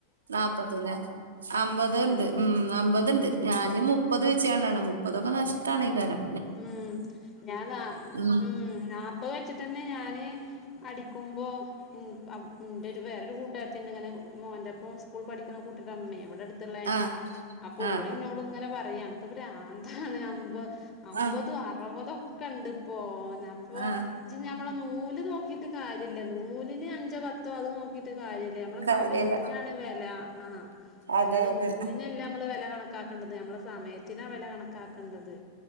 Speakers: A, on the right; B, on the left.
A: നാപ്പത് ല്ലെ അമ്പത്ണ്ട്
B: ഉം
A: മ്മ് അമ്പത്ണ്ട് ഞാന് മുപ്പത് <unintelligible> മുപ്പതൊക്കെ നഷ്ടാണ് ഈ കാരം
B: മ്മ് ഞാൻ നാ
A: ഉം
B: മ്മ് നാപ്പത് വെച്ചിട്ടന്നെ ഞാന് അടിക്കുമ്പോ ന്റെ അപ് വേറൊരു കൂട്ട് <unintelligible> മോൻ്റോപ്പം സ്കൂൾ പഠിക് കുട്ടീടെ അമ്മയേ ഇവിടെടുത്തുള്ളന്നെ
A: ആഹ്
B: അപ്പോ
A: ആഹ്
B: ഓളിന്നോട് ഇങ്ങനെ പറ പറയാ അണക്ക് പ്രാന്താണ് അമ്പോ അമ്പതോ
A: ആഹ്
B: അറുപതോ ക്കണ്ട്പ്പോ അപ്പൊ
A: ആഹ്
B: ഇജ്ജ് ഞമ്മളെ നൂല് നോക്കിട്ട് കാര്യയില്ല നൂലിന് അഞ്ചോ പത്തോ അത് നോക്കിട്ട് കാര്യയില്ല നമ്മളെ
A: കാര്യല്ല
B: സമയത്തിനാണ് വെല ആഹ്
A: അതെ
B: അല്ലാതെ
A: അതെ
B: നൂലിനല്ല നമ്മള് വെല കണക്കാക്കേണ്ടത് നമ്മളെ സമയത്തിനാ വെല കണക്കാക്കേണ്ടത്